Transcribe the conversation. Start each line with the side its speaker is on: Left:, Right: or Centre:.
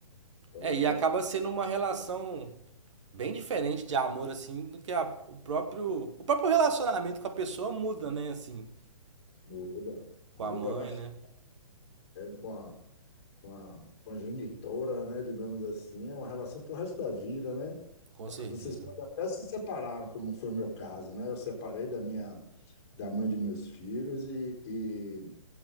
Left: pode
Right: É,
Left: apostar.
Right: e acaba sendo uma relação bem diferente de amor, assim, do que a- o próprio. O próprio relacionamento com a pessoa muda, né? Assim,
Left: Muda,
Right: com
Left: muda
Right: a mãe,
Left: bastante
Right: né?
Left: com a com a, com a genitora, né, digamos assim, é uma relação pro resto da vida, né?
Right: Com
Left: Pa-
Right: certeza.
Left: Vocês podem até se separar, como foi o meu caso, né? Eu separei da minha da mãe de meus filhos e, e,